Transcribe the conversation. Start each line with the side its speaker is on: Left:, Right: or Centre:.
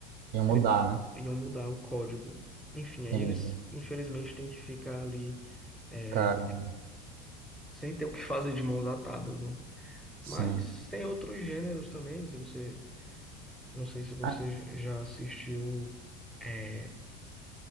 Right: e mudar,
Centre: cri-
Right: né?
Centre: iam mudar o código. Enfim, aí
Right: Entendi.
Centre: eles, infelizmente, têm que ficar ali é,
Right: Caramba,
Centre: sem ter o que fazer de mãos atadas, né?
Right: sim.
Centre: Mas tem outros gêneros também, se você, não sei se você
Right: Ah,
Centre: já assistiu é,